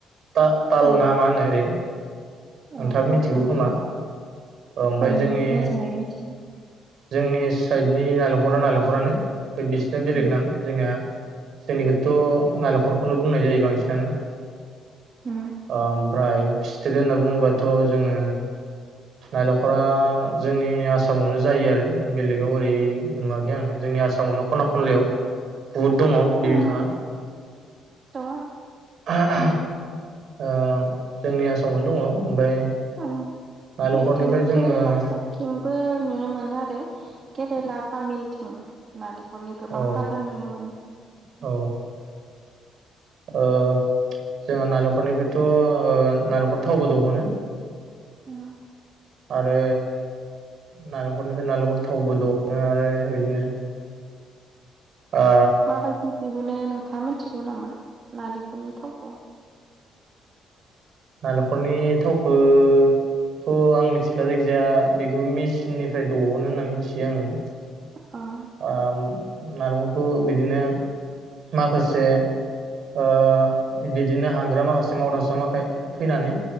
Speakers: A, on the right; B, on the right.
A: ता-ताल
B: उम
A: ना मा‌ होनो ओरै नोंथाङाबो
B: अ
A: मिथिगौ
B: आं
A: खोमा ओमफ्राय
B: आं
A: जोंनि
B: मोजाङै मिथिया।
A: जोंनि साइडनि नालेंखरा नालेंखरानो। बिसोरना बेलेग
B: उम
A: नाम जोंनिया जोंनिखौथ' नालेंखरखौनो बुंनाय जायो बांसिनानो
B: उम
A: ओम। ओमफ्राय सिट <unintelligible> होनना बुङोबाथ जोङो। नालेंखरा जोंनि आसाम आसामावनो <unintelligible> जायो आरो बेलेगाव ओरै नुवाखै आङो जोंनि आसामावनो खना खनलायाव बुहुद दङ बे
B: उम
A: बिफाङा
B: थ'
A: <unintelligible> ओ जोंनि आसामावनो दङ ओमफ्राय
B: अह।
A: नालेंखरनिफ्राय
B: बिथिं
A: जोङो
B: केरेला
A: औ
B: साइथिंबो नुनो मोनो आरो केरेला तामिल। उम लादों। हरनि गोबां
A: औ
B: बागान नुनो मोनो।
A: औ ओ जोंहा नालेंखलनिफ्रायथ' ओ नालेंखर थावबो दहनो।
B: उम।
A: आरो नालेंखलनिफ्राय नालेंखल थावबो दङो आरो बिदिनो ओ
B: माबायदि दिहुनो नोंथामोन। थिगौ नामा? नालेंखरनि थावखौ।
A: नालेंखरनि थावखोथ' आं मिथिला जायखिजाया बेखौ मेचिननिफ्राय दहनो होनना मिथियो आङो।
B: ओह।
A: ओ नालेंरफोरखौ बिदिनो माखासे ओ बिदिनो हानद्रा माखासे मावदांसाख फैनानै